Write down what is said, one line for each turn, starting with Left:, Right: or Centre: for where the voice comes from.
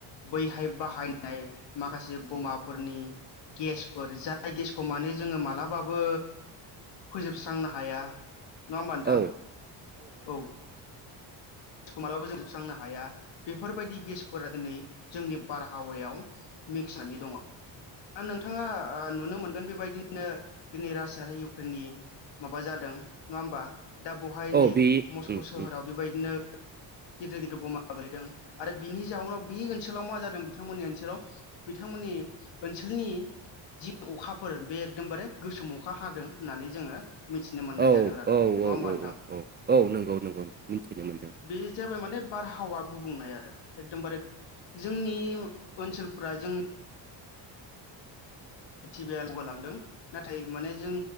Left: बैहाय बाहायनाय माखासे बमाफोरनि गेस जाय गेसखौ माने जोंङो मालाबाबो फोजोबस्रांनो हाया नङा होमबा नोंथां?
Right: औ
Left: औ। मालाबाबो जों जोबस्रांनो हाया बेफोरबायदि गेसफोरा दिनै जोंनि बारहावायाव मिक्सानि दङ
Right: <inaudible>
Left: नोंथाङा नुनो मोन मोनगोन बेबायदिनो दिनै रासिया आरो इउक्रेननि माबा जादों नङा होमबा दा बेहाय
Right: औ
Left: नै
Right: बे
Left: मस्क'
Right: उम
Left: सोहोराव बेबायदिनो
Right: <inaudible>
Left: गिदिर गिदिर बमा गोलैदों, आरो बिनि जाउनाव बे ओनसोलाव मा जादों? बिथांमोननि ओनसोलाव बिथांमोननि ओनसोलनि जि अखाफोर बे एकदमबारे गोसोम अखा हादों होननानै जोङो मिथिनो मोननाय
Right: औ
Left: जादों रादाबखौ
Right: औ
Left: नङा होमबा
Right: औ
Left: नोंथां?
Right: औ औ औ नंगौ नंगौ मिथिनो मोनदों
Left: बे जाबाय माने बारहावा गुबुंनाय आरो एकदमबारे जोंनि ओनसोलफ्रा जों <unintelligible> लांदों नाथाय माने जों